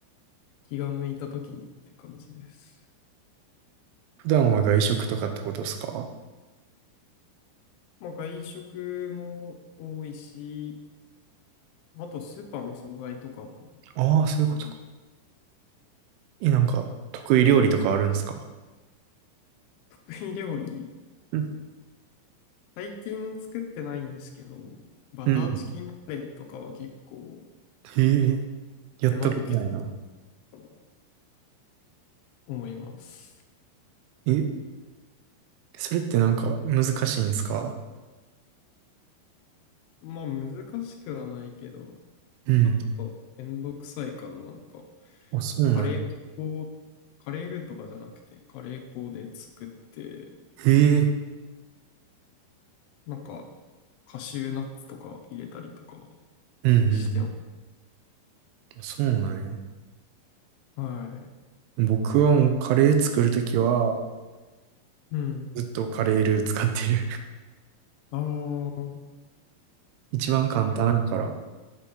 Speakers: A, on the left (about 80°); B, on the right (about 80°).
A: 気が向いた時にって感じです。
B: 普段は外食とかってことですか
A: まあ外食も多いし、あとスーパーの惣菜とかも、
B: ああー、そういうことか。
A: なんか
B: え、なんか、得意料理とかあるんですか
A: 得意料理、
B: うん
A: 最近作ってないんですけど、バターチキンカレーとかは結構
B: うん。へえ、やったことないな。
A: 手間かけてるかな、思います。
B: え、それってなんか難しいんですか
A: まあ難しくはないけど、
B: うん。
A: ちょっとめんどくさいかな、なんか。
B: あ、そうなんや。
A: カレー粉を、カレールーとかじゃなくて、カレー粉で作って、
B: へえ、
A: なんか、カシューナッツとか入れたりとか
B: うんう
A: してます。
B: ん。そうなんや。
A: はい。
B: 僕はもうカレー作るときは、
A: うん。
B: ずっとカレールー使ってる。
A: ああ、
B: <laughs> 一番簡単だから。
A: カレ